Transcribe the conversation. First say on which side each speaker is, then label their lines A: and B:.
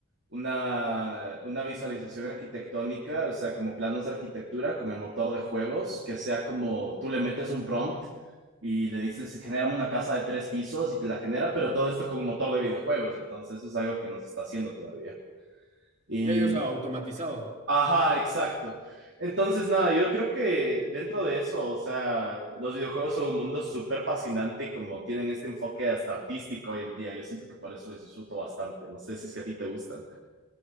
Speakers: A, on the right; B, on the right.
A: una, una visualización arquitectónica, o sea, como planos de arquitectura con el motor de juegos, que sea como tú le metes un prompt y le dices, genérame una casa de tres pisos y te la genera, pero todo esto con un motor de videojuegos, entonces eso es algo que no se está haciendo todavía. Y,
B: Ya, ya, o sea, automatizado.
A: ajá, exacto. Entonces, nada, yo creo que dentro de eso, o sea, los videojuegos son un mundo súper fascinante y como tienen este enfoque hasta artístico hoy en día, yo siento que por eso los disfruto bastante. No sé si es que a ti te gustan.